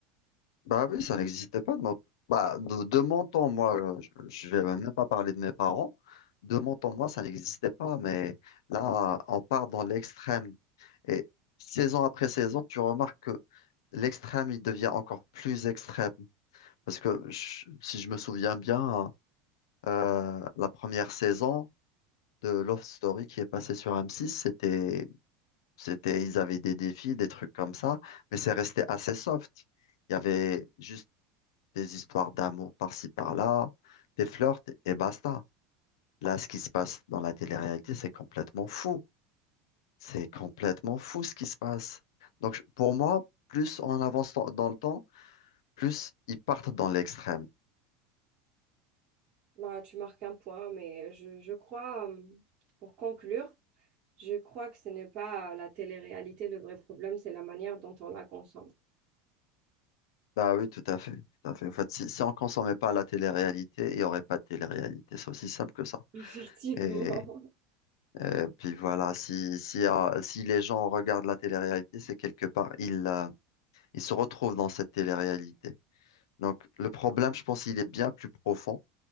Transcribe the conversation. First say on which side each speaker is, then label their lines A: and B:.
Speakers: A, on the left; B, on the right.
A: Bah oui, ça n'existait pas. de mon- Bah, de, de mon temps, moi, euh, je, je vais même pas parler de mes parents. De mon temps, moi, ça n'existait pas. Mais là, on part dans l'extrême. Et saison après saison, tu remarques que l'extrême, il devient encore plus extrême. Parce que je- si je me souviens bien, euh, la première saison de Love Story qui est passée sur M6, c'était, c'était, ils avaient des défis, des trucs comme ça. Mais c'est resté assez soft. Il y avait juste des histoires d'amour par-ci par-là, des flirts et basta. Là, ce qui se passe dans la télé-réalité, c'est complètement fou. C'est complètement fou ce qui se passe. Donc, je- pour moi, plus on avance dans dans le temps, plus ils partent dans l'extrême.
B: Bah, tu marques un point, mais je, je crois, euh, pour conclure, je crois que ce n'est pas la télé-réalité le vrai problème, c'est la manière dont on la consomme.
A: Bah oui, tout à fait, tout à fait. En fait, si, si on ne consommait pas la télé-réalité, il n'y aurait pas de télé-réalité. C'est aussi simple que ça.
B: Effectivement.
A: Et, et puis voilà, si, si, euh, si les gens regardent la télé-réalité, c'est quelque part, ils, euh, ils se retrouvent dans cette télé-réalité. Donc, le problème, je pense, il est bien plus profond.